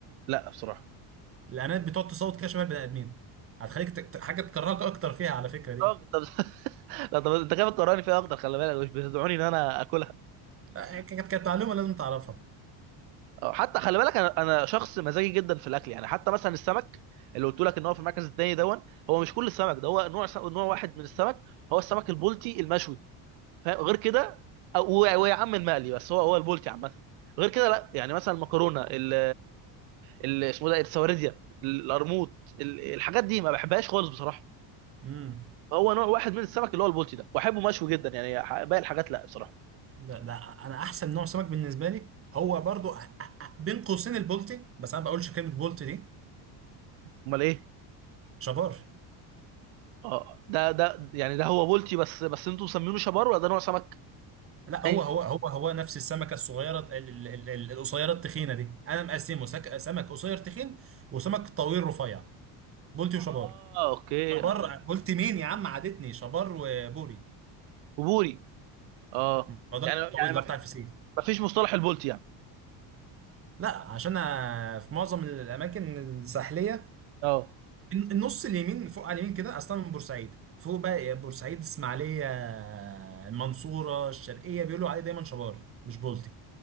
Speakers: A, on the right; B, on the right.
A: لا بصراحه
B: الارانب بتقعد تصوت كده شبه البني ادمين هتخليك ت- ت- حاجه تكرهك اكتر فيها على فكره دي
A: اخضر <laughs> لا طب انت كده بتقراني فيها اخضر خلي بالك مش بتدعوني ان انا اكلها
B: آه، كانت كانت معلومه لازم تعرفها
A: أو حتى خلي بالك انا انا شخص مزاجي جدا في الاكل يعني حتى مثلا السمك اللي قلت لك ان هو في المركز الثاني دون هو مش كل السمك ده هو نوع س- نوع واحد من السمك هو السمك البلطي المشوي فاهم غير كده أو- و- ويا عم المقلي بس هو هو البلطي عامه غير كده لا يعني مثلا المكرونه ال ال- اسمه ده السواردية القرموط ال- الحاجات دي ما بحبهاش خالص بصراحه
B: امم
A: هو نوع واحد من السمك اللي هو البلطي ده واحبه مشوي جدا يعني ح- باقي الحاجات لا بصراحه
B: ده, ده انا احسن نوع سمك بالنسبه لي هو برضو أ- أ- أ- بين قوسين البولتي بس انا ما بقولش كلمه بولتي دي
A: امال ايه
B: شبار
A: اه ده ده يعني ده هو بولتي بس بس انتوا مسمينه شبار ولا ده نوع سمك
B: لا
A: تاني
B: هو هو هو هو نفس السمكه الصغيره ال- ال- ال- القصيره التخينه دي انا مقسمه سك- سمك قصير تخين وسمك طويل رفيع بولتي وشبار
A: اه اوكي
B: شبار بولتي مين يا عم عادتني شبار وبوري
A: وبوري اه
B: الموضوع
A: يعني
B: ده الطويل
A: يعني ما
B: ده بتاع
A: فيش
B: الفسيخ
A: ما فيش مصطلح البولتي يعني
B: لا عشان أنا في معظم الاماكن الساحليه
A: اه
B: النص اليمين فوق على اليمين كده اصلا من بورسعيد فوق بقى بورسعيد اسماعيليه المنصوره الشرقيه بيقولوا عليه دايما شبار مش بولتي